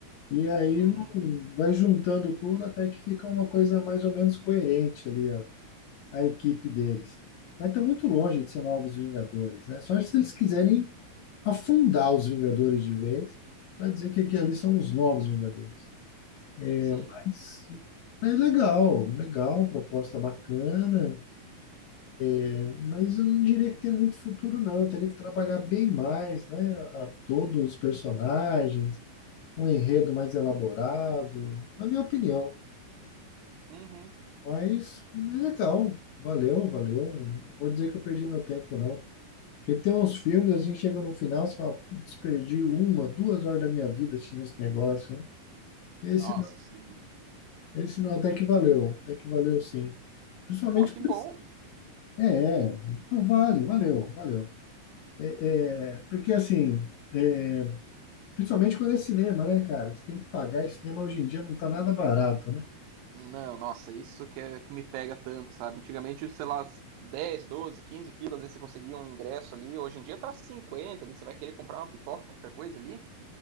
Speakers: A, on the left; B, on the right.
A: e aí
B: Uhum.
A: não- vai juntando tudo até que fica uma coisa mais ou menos coerente ali, a, a equipe deles. Mas está muito longe de ser novos Vingadores, né? Só se eles quiserem afundar os Vingadores de vez, para dizer que aqui ali são os novos Vingadores.
B: Sim.
A: Mas, mas legal, legal, proposta bacana, é, mas eu não diria que tem muito futuro, não. Eu teria que trabalhar bem mais, né? A todos os personagens, um enredo mais elaborado, na minha opinião.
B: Uhum.
A: Mas é legal, valeu, valeu. Não vou dizer que eu perdi meu tempo, não. Porque tem uns filmes assim que chega no final, você fala, putz, perdi uma, duas horas da minha vida assistindo esse negócio. né? Esse,
B: Nossa,
A: não-
B: sim.
A: esse não, até que valeu, até que valeu sim. Principalmente
B: Pô, que
A: por
B: bom.
A: esse- É, é, não, vale, valeu, valeu. É, é, porque assim, é, principalmente quando é cinema, né, cara? Você tem que pagar, e cinema hoje em dia não tá nada barato, né?
B: Não, nossa, isso que é que me pega tanto, sabe? Antigamente, sei lá, 10, 12, 15 pilas, às vezes você conseguia um ingresso ali. Hoje em dia tá 50, ali, você vai querer comprar uma pipoca, qualquer coisa ali,